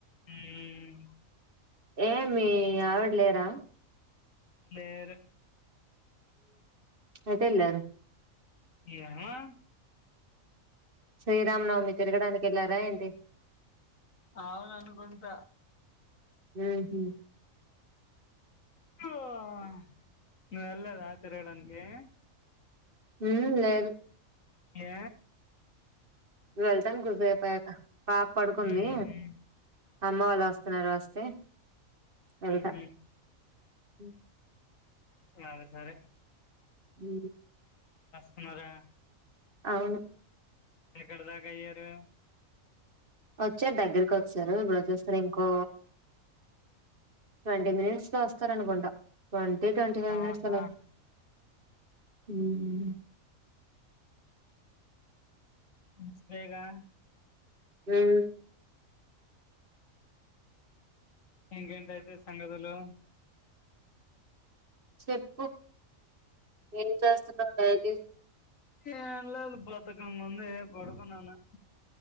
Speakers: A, on the left; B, on the right.
A: హమ్
B: ఏమి ఆవిడ లేరా
A: లేేరు
B: ఎటెళ్ళారు
A: ఏమో
B: శ్రీరామనవమి తిరగడానికి వెళ్ళారా ఏంటి
A: అవును అనుకుంత
B: ఓహో
A: ఓరి నువ్వు తిరగడానికి వెళ్లలేదా
B: హా లేదు
A: ఏ
B: వెళ్తాను కోసేపు అయిపోయాక పాప పడుకుంది
A: మ్మ్
B: అమ్మ వాళ్ళ వస్తున్నారు వస్తే వెళ్తా
A: హమ్
B: <unintelligible>
A: సే సరే
B: ఉ
A: అన్నారా
B: అవును
A: ఎక్కడ దాకా అయ్యారు
B: వచ్చారు దగ్గరికి వచ్చారు ఇప్పురజేస్తారు ఇంకో ట్వంటీ మినిట్స్ లో వస్తార అనుకుంటా ట్వంటీ ట్వంటీ ఫైవ్
A: ఆహా
B: మినిట్స్ల ఉమ్
A: మంచిదేగా
B: ఉమ్
A: ఇంకేంటయితే సంగతులు
B: చెప్పు ఏం చేస్తున్నావ్ డైలీ
A: ఏం లేదు బద్దకంగా ఉంది ఎ పడుకున్నాను